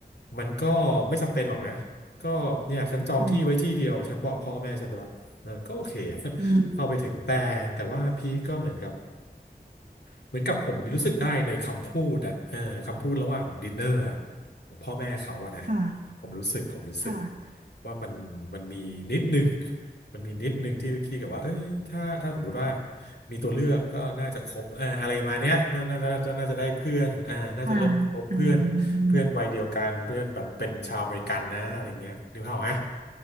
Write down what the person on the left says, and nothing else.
มันก็ไม่จำเป็นหรอกนะ ก็เนี่ยฉันจองที่ไว้ที่เดียว
ฉันบอกพ่อแม่ฉันไปละเออก็โอเคอะ
เข้าไปถึงแต่ แต่ว่าพี่ก็เหมือนกับ เหมือนกับผมรู้สึกได้ในคำพูดอะเออคำพูดระหว่างดินเนอร์อะของพ่อแม่เขาอะนะ
ผมรู้สึกผมรู้สึก
ว่ามันมันมีนิดนึงมันมีนิดนึงที่คิดกับว่าเออถ้าถ้าสมมติว่ามีตัวเลือกก็น่าจะคบเอ่าอะไรมาเนี้ยน่าน่าน่าจะน่าจะได้เพื่อนอ่าน่าจะเริ่มคบเพื่อนเพื่อนวัยเดียวกันเพื่อนแบบเป็นชาวอเมริกันนะอะไรเงี้ยนึกภาพไหม